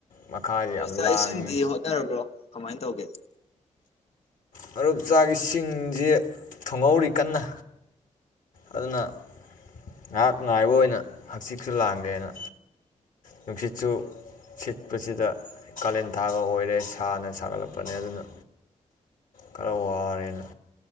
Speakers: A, on the left; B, on the left.
A: ꯃꯈꯥꯁꯦ
B: ꯑꯣ
A: ꯌꯥꯝ
B: ꯆꯥꯛ
A: ꯂꯥꯡꯉꯤ
B: ꯏꯁꯤꯡꯗꯤ ꯍꯣꯠꯅꯔꯕ꯭ꯔꯣ ꯀꯃꯥꯏꯅ ꯇꯧꯒꯦ
A: ꯃꯔꯨꯞ ꯆꯥꯒꯤ ꯁꯤꯡꯁꯦ ꯊꯨꯡꯍꯧꯔꯤ ꯀꯟꯅ ꯑꯗꯨꯅ ꯉꯥꯏꯍꯥꯛ ꯉꯥꯏꯕ ꯑꯣꯏꯅ ꯍꯛꯆꯤꯠꯁꯨ ꯂꯥꯡꯒꯦꯅ ꯅꯨꯡꯁꯤꯠꯁꯨ ꯁꯤꯠꯄꯁꯤꯗ ꯀꯥꯂꯦꯟ ꯊꯥꯒ ꯑꯣꯏꯔꯦ ꯁꯥꯅ ꯁꯥꯒꯠꯂꯛꯄꯅꯦ ꯑꯗꯨꯅ ꯈꯔ ꯋꯥꯔꯦꯅ